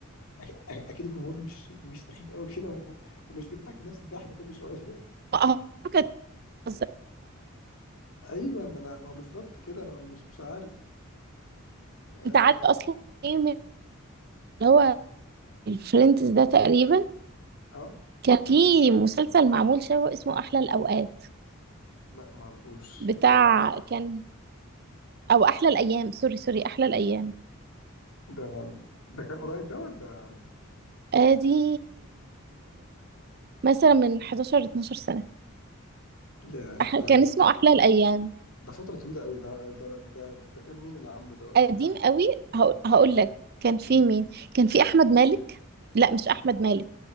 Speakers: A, on the left; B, on the right.
A: أك- اكيد الجمهور مش مش سخيف قوي كده و- ومش بيضحك نفس الضحكه كل شويه <laughs>
B: آه، كانت بتهزر.
A: ايوه ما انا ما هو بالظبط كده ما أنا مش مش عارف اه,
B: أنت عارف أصلًا إيه من اللي هو الfriends ده تقريبًا
A: آه.
B: كان في مسلسل معمول شبهه اسمه أحلى الأوقات
A: لا ما اعرفوش
B: بتاع
A: ده
B: كان أو أحلى الأيام سوري سوري أحلى الأيام
A: ده ده كان قريب ده ولا
B: آدي مثلًا من 11 12 سنة
A: يا
B: أح
A: ده
B: كان اسمه أحلى الأيام
A: ده فترة طويلة قوي ده ده ده ده كان مين اللي عامله ده ولا
B: قديم قوي هاقو هاقول لك كان في
A: مم.
B: مين كان في أحمد مالك لأ مش أحمد مالك